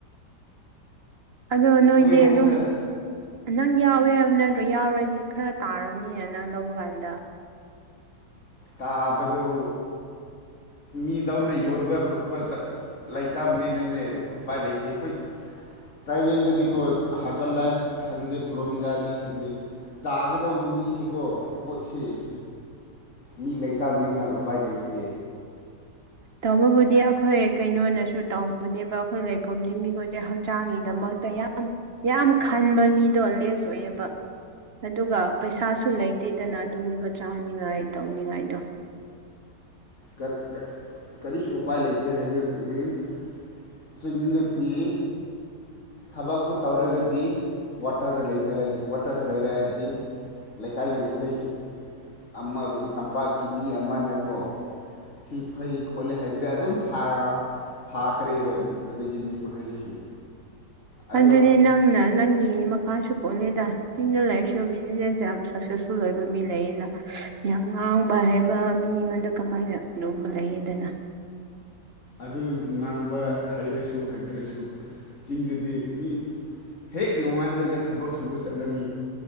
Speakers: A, on the right; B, on the left.
A: ꯑꯗꯣ ꯅꯣꯏꯗꯤ
B: ꯅꯣꯏꯔꯣꯝꯗ
A: ꯑꯗꯨꯝ ꯅꯪ ꯌꯥꯎꯋꯦ ꯍꯥꯏꯕ ꯅꯠꯇ꯭ꯔꯣ ꯌꯥꯎꯔꯗꯤ ꯈꯔ ꯇꯥꯔꯝꯅꯤ ꯅꯪ ꯂꯧꯕ ꯀꯥꯟꯗ꯫
B: ꯇꯥꯕꯗꯨ ꯃꯤꯗꯧꯅ ꯌꯣꯟꯕ ꯈꯣꯠꯄ ꯆꯠ ꯂꯩꯇꯕꯅꯤꯅꯅꯦ ꯎꯄꯥꯏ ꯂꯩꯇꯦ ꯑꯩꯈꯣꯏ ꯇ꯭ꯔꯥꯏꯕꯜꯗꯗꯤꯀꫭ ꯍꯥꯔꯕꯜ ꯂꯥꯏꯐꯀꯤ ꯈꯪꯗꯦ ꯄ꯭ꯔꯣꯕꯤꯗꯥꯒꯤ ꯈꯪꯗꯦ ꯆꯥꯒꯗꯧꯕ ꯃꯤꯁꯤꯀꯣ ꯄꯣꯠꯁꯤ ꯃꯤ ꯂꯩꯇꯕꯅꯤꯅ ꯎꯄꯥꯏ ꯂꯩꯇꯦ꯫
A: ꯇꯧꯕꯕꯨꯗꯤ ꯑꯈꯣꯏ ꯀꯩꯅꯣꯅꯁꯨ ꯇꯧꯕꯅꯦꯕ ꯑꯈꯣꯏ ꯂꯩꯐꯝꯗꯤ ꯃꯤꯍꯣꯏꯁꯦ ꯍ ꯆꯥꯡꯒꯤꯗꯃꯛꯇ ꯌꯥꯝ ꯌꯥꯝ ꯈꯟꯕ ꯃꯤꯗꯣ ꯂꯦꯁ ꯑꯣꯏꯌꯦꯕ꯫ ꯑꯗꯨꯒ ꯄꯩꯁꯥꯁꯨ ꯂꯩꯇꯦꯗꯅ ꯑꯗꯨꯒꯨꯝꯕ ꯆꯥꯅꯤꯡꯉꯥꯏ ꯇꯧꯅꯤꯡꯉꯥꯏꯗꯣ꯫
B: ꯀ ꯀ ꯀꯔꯤꯁꯨ ꯎꯄꯥꯏ ꯂꯩꯇꯦ ꯍꯩꯕ ꯃꯤꯟꯁ꯫ ꯆꯤꯡꯗꯗꯤ ꯊꯕꯛꯄꯨ ꯇꯧꯔꯒꯗꯤ ꯀ꯭ꯋꯥꯇꯔꯗ ꯂꯩꯅꯔꯅꯤ ꯀ꯭ꯋꯥꯇꯔꯗ ꯂꯩꯔꯛꯑꯗꯤ ꯂꯩꯀꯥꯏꯒꯤ ꯃꯩꯇꯩꯁꯤ ꯑꯃ ꯇꯝꯄꯥꯛꯀꯤ ꯃꯤ ꯑꯃꯅꯀꯣ ꯁꯤ ꯐꯩ ꯈꯣꯠꯂꯤ ꯍꯥꯏꯕꯗꯤ ꯑꯗꯨꯝ ꯐꯥꯔ ꯐꯥꯈꯔꯦꯕ ꯑꯗꯨꯒꯤ ꯃꯤ ꯃꯈꯩꯁꯤ꯫ ꯑꯗꯣ
A: ꯑꯗꯨꯅꯤ ꯅꯪꯅ ꯅꯪꯒꯤ ꯃꯈꯥꯁꯨ ꯄꯣꯜꯂꯦꯗ ꯆꯤꯡꯗ ꯂꯩꯔꯁꯨ ꯕꯤꯖꯤꯅꯦꯁ ꯌꯥꯝ ꯁꯛꯁꯦꯁꯐꯨꯜ ꯑꯣꯏꯕ ꯃꯤ ꯂꯩꯌꯦꯅ꯫ ꯌꯥꯝ ꯉꯥꯡꯕ ꯍꯩꯕ ꯃꯤꯉꯣꯟꯗ ꯀꯃꯥꯏꯅ ꯑꯗꯨꯒꯨꯝꯕ ꯂꯩꯌꯦꯗꯅ꯫
B: ꯑꯗꯨ ꯉꯥꯡꯕ ꯍꯩꯔꯁꯨ ꯍꯩꯇ꯭ꯔꯁꯨ ꯆꯤꯡꯗꯗꯤ ꯃꯤ ꯍꯦꯛ ꯅꯣꯉꯥꯟꯕꯒ ꯊꯕꯛ ꯁꯨꯕ ꯆꯠꯂꯅꯤ꯫